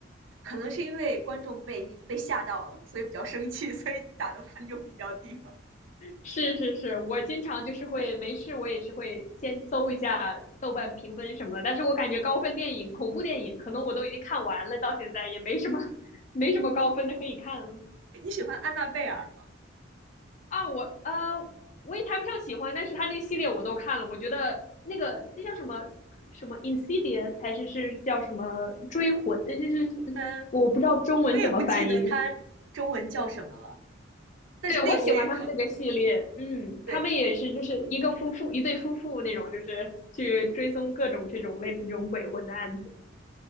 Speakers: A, on the right; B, on the left.
A: 可能是因为观众被被吓到了，所以比较生气，所以打的分就比较低吧。
B: <laughs> 是是是，我经常就是会没事，我也是会先搜一下豆瓣评分什么的。但是我感觉高分电影、恐怖电影，可能我都已经看完了，到现在也没什么 <laughs> 没什么高分的可以看了。
A: 你喜欢安娜贝尔吗？
B: 啊，我呃，我也谈不上喜欢，但是他那系列我都看了，我觉得那个那叫什么什么 Insidious 还是是叫什么追魂，呃就是
A: 嗯，
B: 我不知道中文怎么翻译。
A: 我我也不记得她中文叫什么了，但是那个我也看过。
B: 对，我喜欢他们那个系列，嗯，
A: 对，
B: 他们也是就是一个夫妇，一对夫妇那种，就是去追踪各种这种类似这种鬼魂的案子。